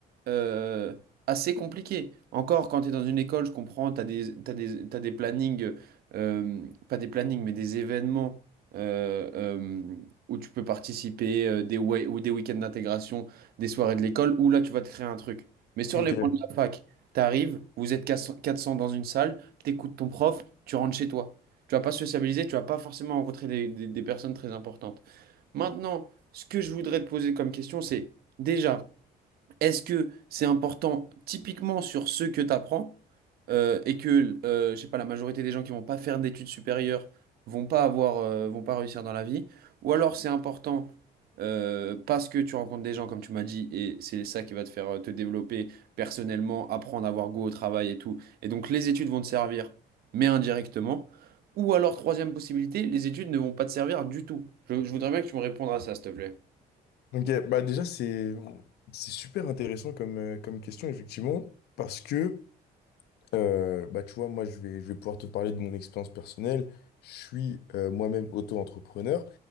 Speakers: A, on the right; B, on the left.
A: euh, assez compliqué. Encore, quand tu es dans une école, je comprends, tu as des, t'as des, t'as des plannings, euh, pas des plannings, mais des événements euh, euh, où tu peux participer, euh, des, we- ou des week-ends d'intégration, des soirées de l'école, où là, tu vas te créer un truc. Mais sur
B: Ok.
A: les bancs de la fac, tu arrives, vous êtes quatre cents quatre cents dans une salle, tu écoutes ton prof, tu rentres chez toi. Tu vas pas sociabiliser, tu vas pas forcément rencontrer des des- des personnes très importantes. Maintenant, ce que je voudrais te poser comme question, c'est... Déjà, est-ce que c'est important typiquement sur ce que tu apprends et que, euh, je sais pas, la majorité des gens qui vont pas faire d'études supérieures vont pas avoir, euh, vont pas réussir dans la vie? Ou alors c'est important euh, parce que tu rencontres des gens, comme tu m'as dit, et c'est ça qui va te faire euh, te développer personnellement, apprendre à avoir goût au travail et tout. Et donc les études vont te servir, mais indirectement. Ou alors, troisième possibilité, les études ne vont pas te servir du tout. Je, je voudrais bien que tu me répondes à ça, s'il te plaît.
B: Ok, Bah déjà, c'est c'est super intéressant comme, euh, comme question, effectivement, parce que Euh, bah, tu vois, moi, je vais, je vais pouvoir te parler de mon expérience personnelle. Je suis euh, moi-même auto-entrepreneur.